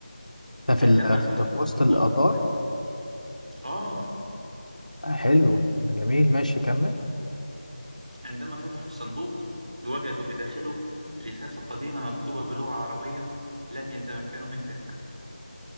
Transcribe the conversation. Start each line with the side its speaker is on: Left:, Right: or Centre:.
Left: ده في
Right: عندما
Left: ال... في
Right: فتحوا
Left: ده في وسط
Right: الصندوق
Left: القطار
Right: آه
Left: حلو جميل ماشي كمل
Right: عندما فتحوا الصندوق وجدوا بداخله لفافة قديمة مكتوبة بلغة عربية لم يتمكنوا من فهمها